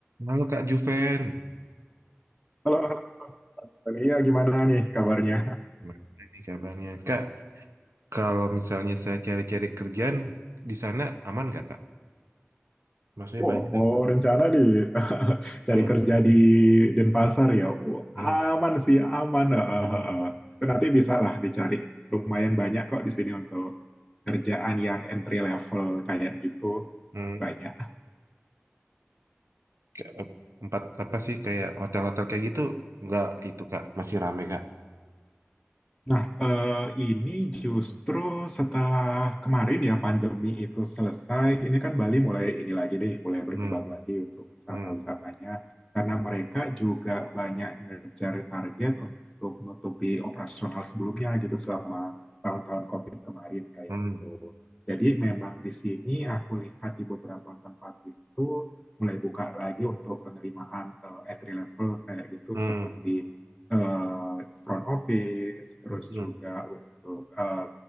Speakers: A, on the right; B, in the centre.
A: Halo Kak Juven,
B: Halo, halo. Tania, gimana nih kabarnya?
A: gimana nih kabarnya? Kak, kalau misalnya saya cari-cari kerjaan di sana aman nggak Kak? Maksudnya
B: Wow,
A: banyak nggak,
B: mau
A: Bro?
B: rencana nih <laughs> cari
A: Hmm,
B: kerja di Denpasar ya. Wah,
A: hmm,
B: aman sih, aman. Ah, ah,
A: aman.
B: ah, ah. Itu nanti bisa lah dicari. Lumayan banyak kok di sini untuk kerjaan yang entry level kayak gitu.
A: Hmm,
B: Banyak.
A: Kayak, eh, tempat apa sih kayak hotel-hotel kayak gitu? Nggak itu Kak, masih rame Kak.
B: Nah, eh, ini justru
A: Hmm,
B: setelah kemarin ya pandemi itu selesai, ini kan Bali mulai ini lagi nih, mulai berkembang
A: hmm,
B: lagi untuk wisata-wisatanya.
A: hmm,
B: Karena mereka juga banyak ngejar target untuk menutupi operasional sebelumnya gitu selama tahun-tahun COVID kemarin kayak
A: hmm,
B: gitu. Jadi memang di sini aku lihat di beberapa tempat itu mulai buka lagi untuk penerimaan eh, entry level kayak gitu
A: hmm,
B: seperti eh, front office, terus
A: hmm,
B: juga untuk eh,